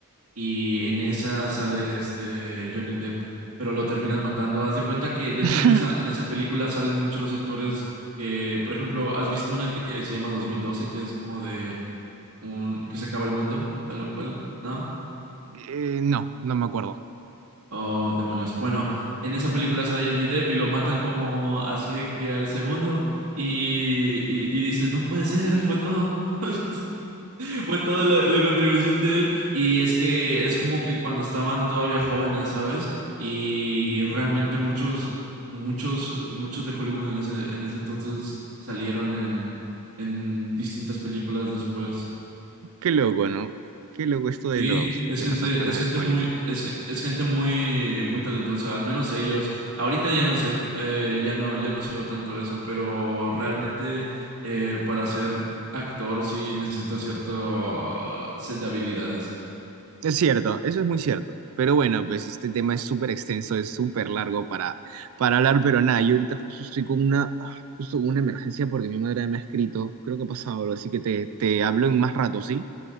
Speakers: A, on the right (about 80°); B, on the right (about 65°).
A: y en esa sale este Johnny Depp, pero lo terminan matando. Haz de cuenta que, de hecho,
B: <laughs>
A: en esa, en esa película salen muchos actores que, por ejemplo, ¿has visto una que se llama 2012 que es como de un que se acaba el mundo, tal o cual? ¿No?
B: Eh, no, no me acuerdo.
A: Oh, demonios. Bueno, en esa película sale Johnny Depp y lo matan como así de que al segundo y, y, y dices, no puede ser, fue todo. <laughs> Fue toda la, la contribución de él. Y es que es como que cuando estaban todavía jóvenes, ¿sabes? Y realmente muchos, muchos, muchos de Hollywood en ese, en ese entonces salieron en, en distintas películas después.
B: Qué loco, ¿no? Qué loco esto de
A: Sí,
B: los,
A: es
B: de
A: gente,
B: los actores
A: es
B: de
A: gente
B: Hollywood.
A: muy, es, ge- es gente muy, muy talentosa, al menos ellos. Ahorita ya no sé, eh, ya no, ya no sigo tanto eso, pero realmente eh, para ser actor sí necesita cierto set de habilidades.
B: Es cierto, eso es muy cierto. Pero bueno, pues este tema es súper extenso, es súper largo para, para hablar, pero nada, yo ahorita justo estoy con una, ah, justo con una emergencia porque mi madre me ha escrito, creo que ha pasado algo, así que te, te hablo en más rato, ¿sí?